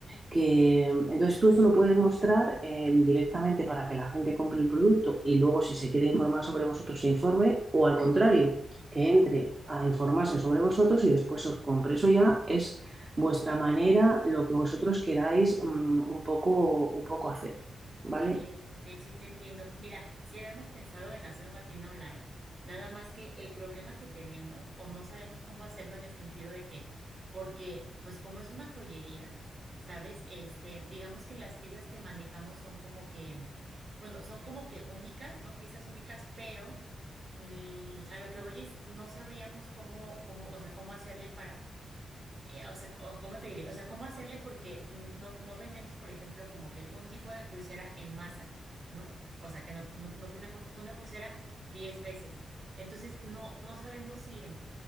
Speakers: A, on the right (about 30°); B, on the right (about 45°).
A: que entonces tú eso lo puedes mostrar eh, directamente para que la gente compre el producto y luego si se quiere informar sobre vosotros se informe o al contrario, que entre a informarse sobre vosotros y después os compre. Eso ya es vuestra manera, lo que vosotros queráis mm, un poco, un poco hacer,
B: Ok,
A: ¿vale?
B: ok, sí te entiendo. Mira, si habíamos pensado en hacer una tienda online, nada más que el problema que tenemos o no sabemos cómo hacerlo en el sentido de que, porque pues como es una joyería, ¿sabes? Este, digamos que las piezas que manejamos son como que, bueno, son como que únicas, ¿no? Piezas únicas, pero mm, a lo que voy es, no sabríamos cómo, cómo, o sea, cómo hacerle eh, o sea, o- ¿cómo te diré? O sea, ¿cómo hacerle? Porque n- no, no vendemos, por ejemplo, como que un tipo de pulsera en masa, ¿no? O sea, que no, no, no tenemos una pulsera 10 veces. Entonces, no, no sabemos si...